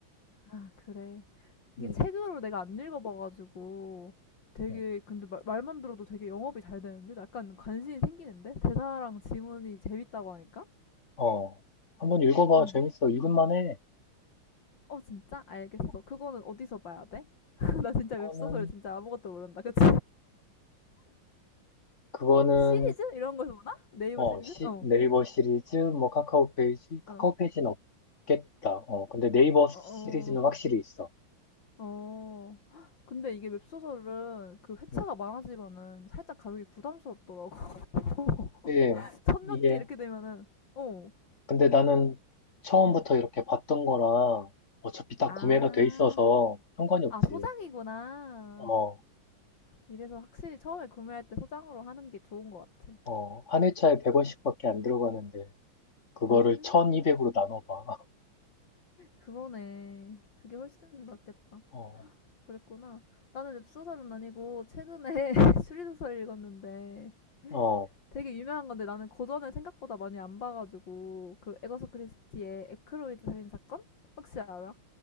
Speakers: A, on the left; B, on the left.
A: 아, 그래. 이게
B: 응,
A: 책으로 내가 안 읽어봐가지고 되게
B: 응.
A: 근데 말, 말만 들어도 되게 영업이 잘 되는데? 약간 관심이 생기는데? 대사랑 지문이 재밌다고 하니까?
B: 어, 한번 읽어봐.
A: 응.
B: 재밌어. 읽을만 해.
A: 어, 진짜? 알겠어.
B: 어,
A: 그거는 어디서 봐야 돼? <laughs> 나 진짜
B: 그거는,
A: 웹소설을 진짜 아무것도 모른다. 그치?
B: 그거는,
A: 시리즈 이런 거에서 보나? 네이버
B: 어,
A: 시리즈?
B: 시-
A: 어,
B: 네이버 시리즈, 뭐, 카카오 페이지, 카카오
A: 어,
B: 페이지는 없겠다. 어, 근데 네이버
A: 어,
B: 시리즈는
A: 어, 어,
B: 확실히 있어.
A: 어. 근데 이게 웹소설은 그 회차가
B: 응.
A: 많아지면은 살짝 가격이 부담스럽더라고. <laughs>
B: 예,
A: 천몇
B: 이게,
A: 개 이렇게 되면은, 어,
B: 근데 나는 처음부터
A: 음.
B: 이렇게 봤던 거랑 어차피 다
A: 아,
B: 구매가 돼 있어서 상관이 없지.
A: 아, 소장이구나.
B: 어,
A: 이래서 확실히 처음에 구매할 때 소장으로 하는 게 좋은 것 같아.
B: 어, 한 회차에 100원씩밖에 안 들어가는데, 그거를
A: 음,
B: 1200으로 나눠봐.
A: 그러네. 그게 훨씬 낫겠다.
B: <laughs> 어,
A: 그랬구나. 나는 웹소설은 아니고 최근에 <laughs> 추리소설을 읽었는데
B: 어,
A: 되게 유명한 건데 나는 고전을 생각보다 많이 안 봐가지고 그 에거서 크리스티의 에크로이드 살인 사건 혹시 알아?